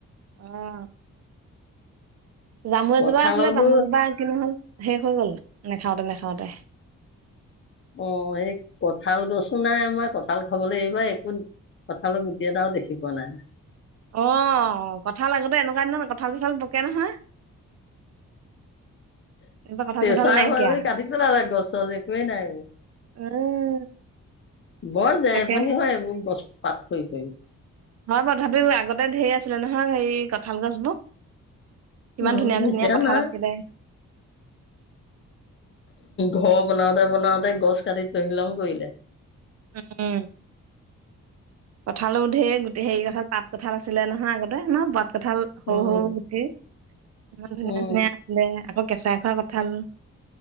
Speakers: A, on the right; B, on the left.
A: অঁ জামু এজোপা
B: কঁঠালতো
A: আছিলে জামুজোপা কিনি হল শেষ হৈ গল নেখাওতে নেখাওঁতে <unintelligible>
B: অঁ এই কঠাঁল গছো নাই আমাৰ কঠাঁল খাবলৈ এইবাৰ একো কঁঠালৰ গুটি এটাও দেখি পোৱা নাই।
A: আহ কঁঠাল আগতে এনেকুৱা এ কঠাল চোঁঠাল পকে নহয় এইবাৰ কঁঠাল
B: কেঁচা
A: চঠাল নাইকিয়া
B: হয় বুলি কাটি পেলাল গছ একোৱেই নাই এইবোৰ
A: উম
B: বৰ জেৰেপনি
A: তাকে
B: হয় এইবোৰ গছ পাত হৈ হৈ
A: হয় ব তথাপিও আগতে ধেৰ আছিলে নহয় হে কঁঠাল গছবোৰ। কিমান
B: উম,
A: ধুনীয়া ধুনীয়া
B: এতিয়া
A: কঠাঁল
B: নাই
A: আছিলে
B: ঘৰ বনাওঁতে বনাওঁতে গছ কাটি তহিলং কৰিলে
A: উম উঠালো ধেৰ গোটেই হেৰি কথা তাত কঁঠাল আছিলে নহয় আগতে ন, কঠাল সৰু
B: উম,
A: সৰু গুটি ইমান ধুনীয়া
B: উম,
A: ধুনীয়া আছিলে। আকৌ কেঁচাই খোৱা কঁঠাল।